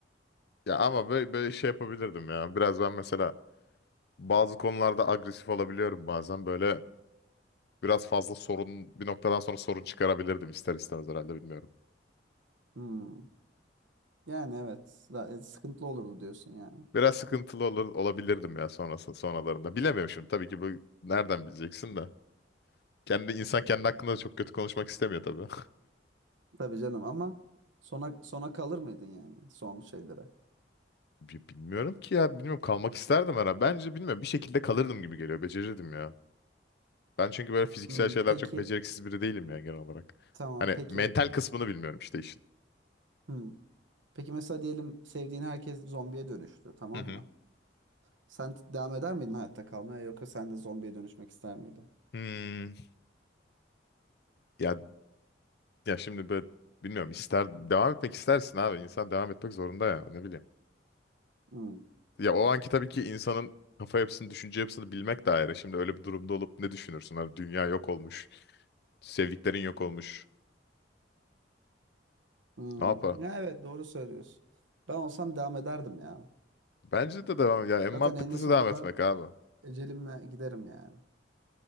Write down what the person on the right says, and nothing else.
Hmm. Yani evet. La- e, Sıkıntılı olurdu diyorsun yani.
Tabii canım ama sona sona kalır mıydın yani son şeylere?
Hmm,
peki
tamam
peki
hmm. Peki mesela diyelim sevdiğin herkes zombiye dönüştü tamam
mı? Sen t- devam eder miydin hayatta kalmaya yoksa sen de zombiye dönüşmek ister miydin?
Hmm.
Hmm.
Ya evet doğru söylüyorsun. Ben olsam devam ederdim ya.
Zaten
eninde sonunda
ecelimle giderim yani.